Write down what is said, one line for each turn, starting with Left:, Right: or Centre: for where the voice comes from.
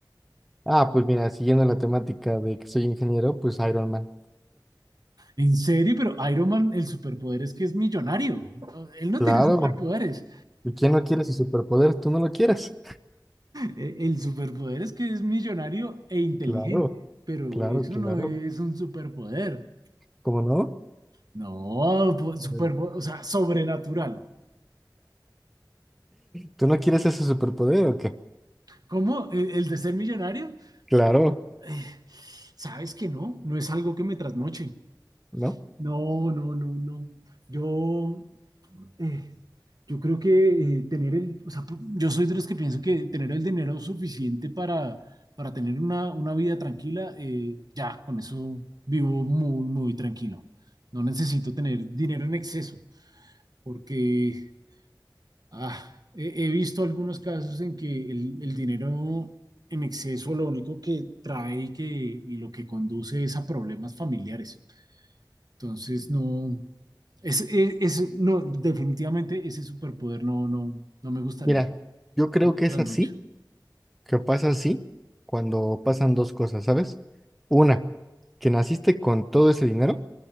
Centre: Ah, pues mira, siguiendo la temática de que soy ingeniero, pues Iron Man.
Right: En serio, pero Iron Man, el superpoder es que es millonario. O- Él no
Centre: Claro.
Right: tiene superpoderes.
Centre: ¿Y quién no quiere su superpoder? ¿Tú no lo quieres? <laughs>
Right: Eh, El superpoder es que es millonario e inteligente,
Centre: Claro,
Right: pero
Centre: claro,
Right: eso
Centre: claro.
Right: no es un superpoder.
Centre: ¿Cómo no?
Right: No, po- superpo-
Centre: <laughs>
Right: o sea, sobrenatural.
Centre: ¿Tú no quieres ese superpoder o qué?
Right: ¿Cómo? ¿El el de ser millonario?
Centre: Claro,
Right: eh, sabes que no, no es algo que me trasnoche.
Centre: ¿no?
Right: No, no, no, no. Yo, eh, yo creo que eh, tener el, o sea, pu- yo soy de los que pienso que tener el dinero suficiente para, para tener una, una vida tranquila, eh, ya, con eso vivo muy, muy tranquilo. No necesito tener dinero en exceso, porque Ah, he, he visto algunos casos en que el, el dinero en exceso lo único que trae y, que, y lo que conduce es a problemas familiares. Entonces, no, es, es- es- no, definitivamente ese superpoder no, no, no me gustaría.
Centre: Mira, yo creo que es
Right: La noche.
Centre: así que pasa así cuando pasan dos cosas, ¿sabes? Una, que naciste con todo ese dinero,